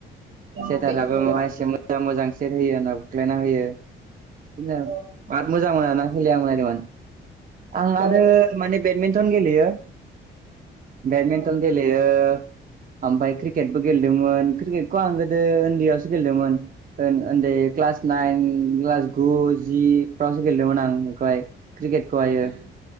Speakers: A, on the right (about 80°); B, on the right (about 45°).
A: उम
B: <unintelligible>
A: औ बे नंगौ
B: ओ मोजां सेट होयो होनना बुख्लायना होयो बिदिनो
A: औ
B: बाद मोजां मोनाना <unintelligible> आं
A: औ
B: आरो माने बेदमिन्टन गेलेयो बेडमिन्टन
A: औ
B: गेलयो ओमफाय क्रिकेटबो गेलेदोमोन क्रिकेटखौ आं गोदो ओन्दैयावसो गेलेदोंमोन ओन ओन्दै ए क्लास नाइन क्लास गु जि फ्रावसो गेलेदोंमोन आं ओमफाय क्रिकेटखौहायो
A: उम